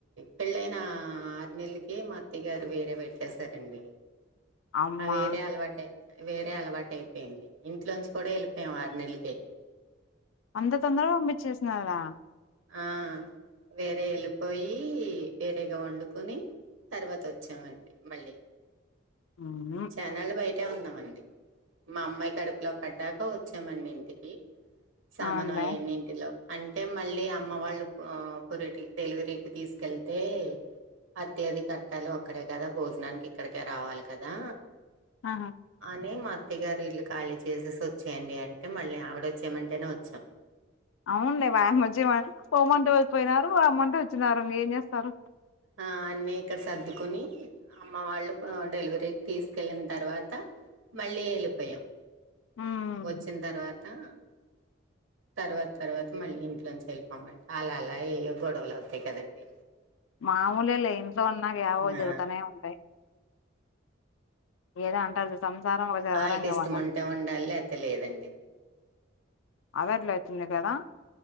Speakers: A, on the right (about 80°); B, on the left (about 75°).
A: పెళ్ళైనా ఆరు నెల్లకే మా అత్తెగారు వేరే పెట్టేసారండి.
B: అమ్మా
A: ఆ వేరే అలవాటే వేరే అలవాటైపోయింది. ఇంట్లోంచి కూడా ఎళ్ళిపోయాం ఆరు నెల్లకే
B: అంత తొందర పంపిచ్చేసినారా?
A: ఆ వేరే ఎళ్ళిపోయి వేరేగా వండుకొని తర్వాతొచ్చావండి మళ్ళీ
B: ఊహూ
A: చానాల్లు బయటే ఉన్నావండి మా అమ్మాయి కడుపులో పడ్డాక వొచ్చామండింటికి సామాను
B: అవునులే
A: అయన్నింటిలో అంటే మళ్ళ్ అమ్మ వాళ్ళు పొరిటి డెల్వరీకి తీస్కెళ్తే అద్దె అది కట్టాలీ ఒక్కడే కదా భోజ్నానికి ఇక్కడికే రావాలి కదా
B: ఆహా
A: అని మా అత్త్యగారు ఇల్లు ఖాళీ చేసేసి వచ్చాయండి అంటే మళ్ళీ ఆవిడ ఓచ్చామంటేనే వచ్చాం
B: అవున్లే వా నుంచి పోమ్మంటే పోయినారు ఓ రమ్మంటే వచ్చినారు మీరేం చేస్తారు
A: ఆహ్ అన్నీ ఇక్కడ సర్దుకొని అమ్మ వాళ్ళు ఆ డెలివరీకి తీస్కెళ్ళిన తర్వాత మళ్ళీ వెళ్ళిపోయాం
B: ఉమ్
A: వచ్చిన్ దర్వతా తర్వాత తర్వాత మళ్ళీ ఇంట్లో నుంచి వెళ్ళిపోమంట అల అలా ఎయ్యో గోడవలు అవుతాయ్ కదండీ
B: మామూలోలె ఇంట్లో ఉన్నాగా ఏవో
A: ఆ
B: జరుగుతానే ఉంటాయి ఏదో అంటారు గా సంసారం చదరంగం
A: ఆల్కి ఇష్టం ఉంటే ఉండాలి లేతే లేదండి
B: అదట్ల ఐతుంది కదా